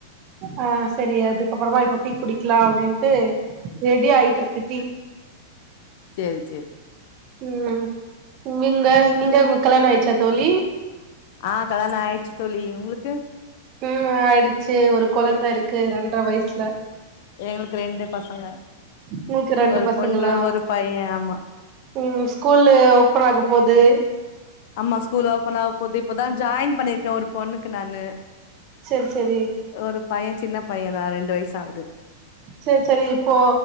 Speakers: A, on the right (about 30°); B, on the left (about 45°).
A: ஆ செரி அதுக்கப்றமா இப்போ டீ குடிக்கலா அப்டின்ட்டு ரெடி ஆயிட்ருக்கு டீ
B: செரி செ
A: ம் நீங்க நீங்க உங் கல்யாணாயிச்சா தோழி
B: ஆ கல்யாணே ஆயிச்சு தோழி உங்குளுக்கு
A: ம் ஆயிடுச்சு ஒரு கொழந்தருக்கு ரெண்ட்ர வயசுல
B: எங்ளுக்கு ரெண்டு பசங்க
A: உங்களுக்கு ரெண்டு
B: ஒரு
A: பசங்களா
B: பொண்ணு ஒரு பைய ஆமா
A: ம் ஸ்கூலு ஓப்பனாக போது
B: ஆமா ஸ்கூல் ஓபனாக போது இப்பதா ஜாயின் பண்ணிருக்கே ஒரு பொண்ணுக்கு நானு
A: செர் செரி
B: ஒரு பைய சின்ன பைய தா ரெண்டு வயசாவுது
A: செர் செரி இப்போ